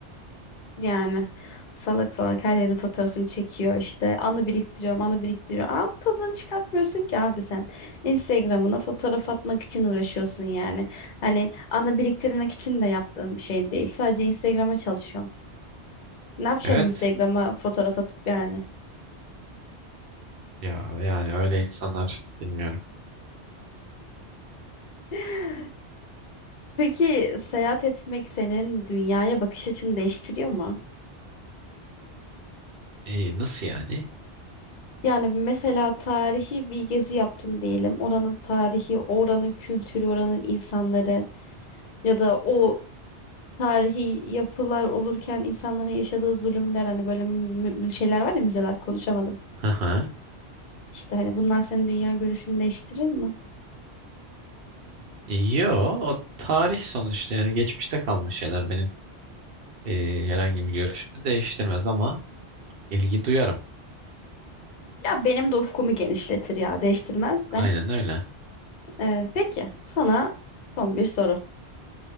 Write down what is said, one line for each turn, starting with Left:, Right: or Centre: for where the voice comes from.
Left: Yani salak salak her yerin fotoğrafını çekiyor işte anı biriktiriyor anı biriktiriyor. Al tadını çıkartmıyorsun ki abi sen. Instagram'ına fotoğraf atmak için uğraşıyorsun yani. Hani anı biriktirmek için de yaptığın bir şey değil. Sadece Instagram'a çalışıyorsun. Ne yapacaksın
Right: Evet.
Left: Instagram'a fotoğraf atıp yani?
Right: Ya yani öyle insanlar bilmiyorum.
Left: <laughs> Peki seyahat etmek senin dünyaya bakış açını değiştiriyor mu?
Right: E, nasıl yani?
Left: Yani mesela tarihi bir gezi yaptın diyelim. Oranın tarihi, oranın kültürü, oranın insanları ya da o tarihi yapılar olurken insanların yaşadığı zulümler hani böyle mü- mü- şeyler var ya müzeler konuşamadım.
Right: Hı hı.
Left: İşte hani bunlar senin dünya görüşünü değiştirir mi?
Right: E, Yo o tarih sonuçta yani geçmişte kalmış şeyler benim e, herhangi bir görüşümü değiştirmez ama ilgi duyarım.
Left: Ya benim de ufkumu genişletir ya değiştirmez de.
Right: Aynen öyle.
Left: Ee, peki sana son bir soru.